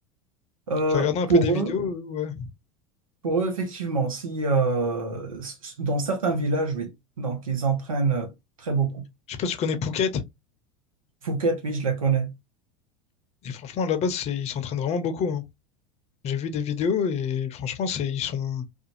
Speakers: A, on the right; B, on the left.
A: Euh,
B: J'ai regardé un peu
A: pour
B: des vidéos,
A: eux,
B: euh, ouais.
A: Pour eux, effectivement, si euh, s- s- dans certains villages, oui. Donc, ils entraînent euh, très beaucoup.
B: Je sais pas si tu connais Phuket.
A: Fouquet, oui, je la connais.
B: Et franchement, là-bas, c'est, ils s'entraînent vraiment beaucoup. hein. J'ai vu des vidéos et franchement, c'est, ils sont.